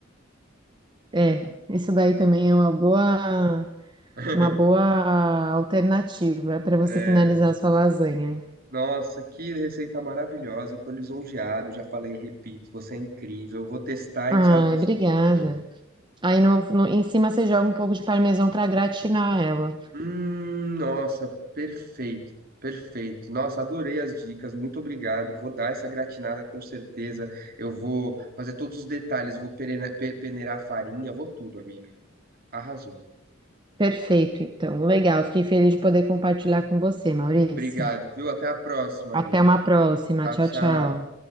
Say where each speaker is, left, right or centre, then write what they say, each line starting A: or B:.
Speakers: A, on the right; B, on the right.
A: É, isso daí também é uma boa,
B: <laughs>
A: uma boa alternativa para você
B: É,
A: finalizar
B: minha amiga.
A: a sua lasanha.
B: Nossa, que receita maravilhosa. Eu tô lisonjeado, já falei, e repito, você é incrível. Eu vou testar
A: Ai,
B: e te aviso
A: obrigada.
B: no que que deu.
A: Aí no, no- em cima você joga um pouco de parmesão para gratinar ela.
B: Hum, nossa, perfeito, perfeito. Nossa, adorei as dicas, muito obrigado. Vou dar essa gratinada com certeza. Eu vou fazer todos os detalhes, vou peneira- pe- peneirar a farinha, vou tudo, amiga. Arrasou.
A: Perfeito, então. Legal, fiquei feliz de poder compartilhar com você, Maurício.
B: Obrigado, viu? Até a próxima
A: Até
B: aí.
A: uma próxima.
B: Tchau,
A: Tchau,
B: tchau.
A: tchau.